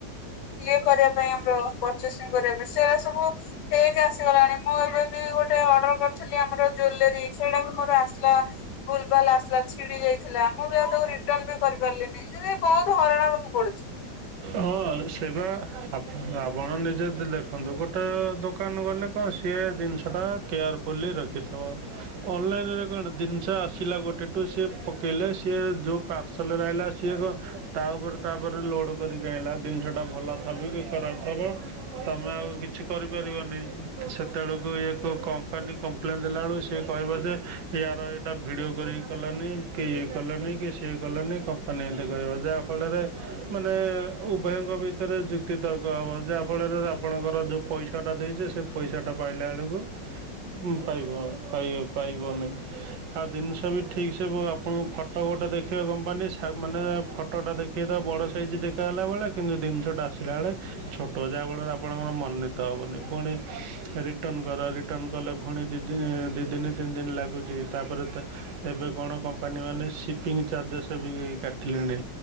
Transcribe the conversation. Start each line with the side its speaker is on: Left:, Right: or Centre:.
Left: ଇଏ କରିବା ପାଇଁ ଆମ୍ବ ପରଚେଜ୍ କରିବା ପାଇଁ ସେ ସବୁ ଫେକ୍ ଆସିବ। ମାନେ ମୁଁ ଏବେ ବି ଗୋଟେ ଅର୍ଡର କରିଥିଲି ଆମର ଜୁଏଲାରୀ ସେଇଟା ବି ମୋର ଆସିଲା। ଭୁଲ ଭାଲ୍ ଆସିଲା। ଛିଡି ଯାଇଥିଲା। ମୁଁ ବି ଆଉ ତାକୁ ରିଟର୍ନ ବି କରି ପାରିଲିନି। ସେ ବହୁତ ହଇରାଣ ହବାକୁ ପଡୁଚି।
Right: ହଁ ସେବା ଆପଣ ନିଜେ ଦେଖନ୍ତୁ। ଗୋଟେ ଦୋକାନକୁ ଗଲେ କଣ ସିଏ ଜିନିଷ ଟା କେୟାର ଫୁଲି ରଖିଥବ। ଅନଲାଇନରେ କଣ ଜିନିଷ ଆସିଲା, ଗୋଟେ ଟୁ ସିଏ ପକେଇଲେ ସିଏ ଯେଉଁ ପା ପାର୍ସଲରେ ଆଇଲା ସିଏ କଣ ତା ଉପରେ ତା ପରେ ଲୋଡ କରିକି ଅଇଁଲା ଜିନିଷଟା ଭଲ ଥବ କି ଖରାପ ଥବ, ତମେ ଆଉ କିଛି କରିପାରିବନି। ସେତେବେଳକୁ ଇଏ ‌କୋଉ କମ୍ପାନୀ, କମ୍ପ୍ଲେନ୍ ଦେଲାବେଳୁକୁ ସିଏ କହିବ ଯେ, ୟାର ଏଇଟା ଭିଡ଼ିଓ କରିକି କଲାନି କି ଇଏ କାଲନି କି ସିଏ କଲାନି, କମ୍ପାନୀ ଏମିତି କହିବ ଯାହାଫଳରେ ମାନେ ଉଭୟଙ୍କ ଭିତରେ ଯୁକ୍ତିତର୍କ ହେବ। ଯାହାଫଳରେ ଆପଣଙ୍କର ଯେଉଁ ପଇସାଟା ଦେଇଛ ସେ ପଇସାଟା ପାଇଲା ବେଳକୁ ପାଇବ ପାଇ-ପାଇବନି। ଆଉ ଜିନିଷ ବି ଠିକ୍, ସେ ଆପଣଙ୍କୁ ଫଟୋ ଗୋଟେ ଦେଖେଇବ। କମ୍ପାନୀ ମାନେ ଫଟୋଟା ଦେଖେଇଦବ ବଡ ସା ଷ୍ଟେଜ୍ ଦେଖାଗଲା ବେଳେ କିନ୍ତୁ ଜିନିଷଟା ଆସିଲା ବେଳେ ଛୋଟ, ଯାହା ଫଳରେ ଆପଣଙ୍କର ମନନୀତ ହେବନି। ପୁଣି ରିଟର୍ଣ୍ଣ କର। ରିଟର୍ନ କାଲେ ପୁଣି ଦି-ଦି ଦିନ ତିନି ଦିନ ଲାଗୁଚି। ତା ପରେ ତ ଏବେ କଣ କମ୍ପାନୀମାନେ ସିପିଂ ଚାର୍ଜେସ୍ ବି କାଟିଲେଣି।